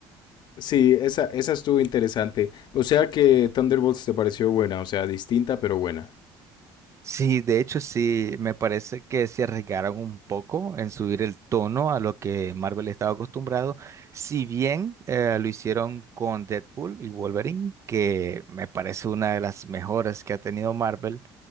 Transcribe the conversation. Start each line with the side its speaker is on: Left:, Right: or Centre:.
Left: Sí, esa, esa estuvo interesante. O sea que Thunderbolts te pareció buena, o sea, distinta pero buena.
Right: Sí, de hecho sí, me parece que se arriesgaron un poco en subir el tono a lo que Marvel estaba acostumbrado, si bien eh, lo hicieron con Deadpool y Wolverine, que me parece una de las mejores que ha tenido Marvel,